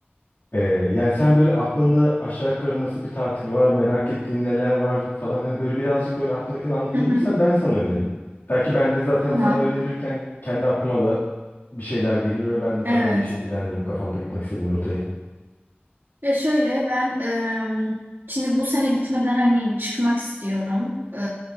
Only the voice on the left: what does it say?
Ee, yani sen böyle aklında aşağı yukarı nasıl bir tatil var, merak ettiğin neler var falan hani böyle birazcık böyle aklındakini anlatabilirsen
ben sana önereyim. Belki ben de zaten
sana önerirken kendi aklıma da bir şeyler gelir ve ben de
daha iyi şekillendiririm kafamda gitmek istediğim rotayı.